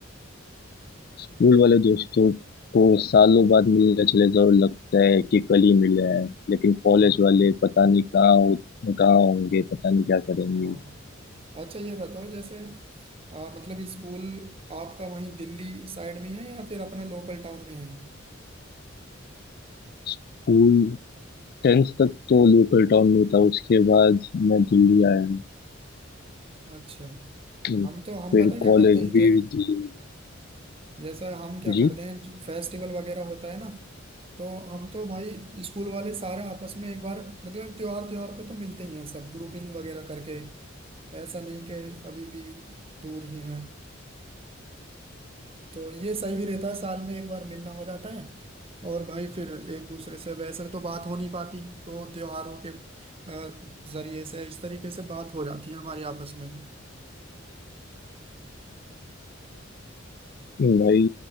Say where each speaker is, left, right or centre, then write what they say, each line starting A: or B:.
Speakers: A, on the left (about 50°); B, on the right (about 30°).
A: स्कूल वाले दोस्तों को सालों बाद मिलने चले जाओ लगता है
B: <laughs>
A: कि कल ही मिले हैं लेकिन कॉलेज
B: हाँ
A: वाले पता नहीं कहाँ हो- कहाँ होंगे पता नहीं क्या करेंगे
B: हाँ अच्छा ये बताओ जैसे आ, मतलब स्कूल आपका वहीं दिल्ली साइड में ही है या फिर अपना लोकल टाउन में है
A: स्कूल टेंथ तक तो लोकल टाउन में था उसके बाद मैं दिल्ली आया
B: अच्छा
A: हम्म,
B: हम
A: फिर
B: तो हम पता क्या
A: कॉलेज
B: करते हैं जै,
A: भी दिल्ली में।
B: जैसा हम क्या
A: जी
B: करते हैं फेस्टिवल वगैरह होता है ना तो हम तो भाई स्कूल वाले सारे आपस में एक बार मतलब त्योहार त्योहार पे तो मिलते ही हैं सब ग्रुपिंग वगैरह करके ऐसा नहीं कि अभी भी दूर ही हैं तो ये सही भी रहता है साल में एक बार मिलना हो जाता है और भाई फिर एक दूसरे से वैसे तो बात हो नहीं पाती तो त्योहारों के अ, जरिए से इस तरीके से बात हो जाती है हमारे आपस में
A: भाई